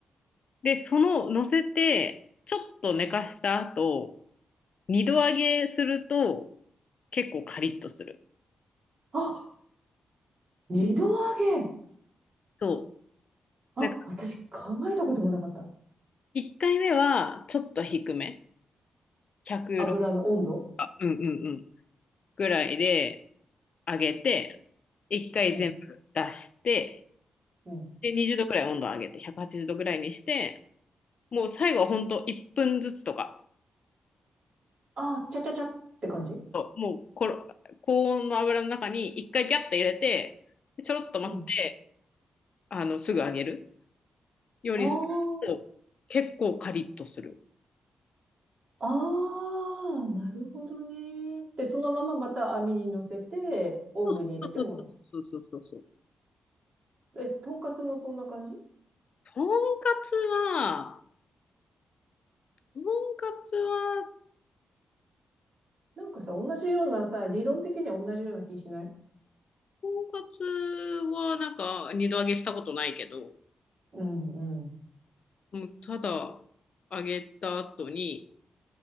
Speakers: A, on the left; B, on the right.
A: で、その、乗せて、ちょっと寝かした後、二度揚げすると結構カリッとする。
B: あ、二度揚げ
A: そ
B: あ、
A: う。なんか
B: 私考えたこともなかった。
A: 一回目はちょっと低め。106
B: 油の温度
A: うんうんうん。ぐらいで揚げて、一回全部出して、
B: うん、うん。
A: で、20度ぐらい温度上げて、180度ぐらいにして、もう最後はほんと1分ずつとか、
B: あー、ちゃちゃちゃって感じ
A: もうころ高温の油の中に一回ギャッと入れて、でちょろっと待って、
B: うん。
A: あの、すぐ揚げるようにすると、
B: あ
A: 結構カリッとする。
B: あ、ああ、なるほどね。で、そのまままた網に乗せて、オーブンに入れても、
A: そうそうそうそうそうそう。
B: え、とんかつもそんな感じ
A: とんかつは、とんかつは、
B: なんかさ、同じようなさ、理論的には同じような気しない
A: とんかつはなんか二度揚げしたことないけど、
B: うんうん。
A: もうただ揚げた後に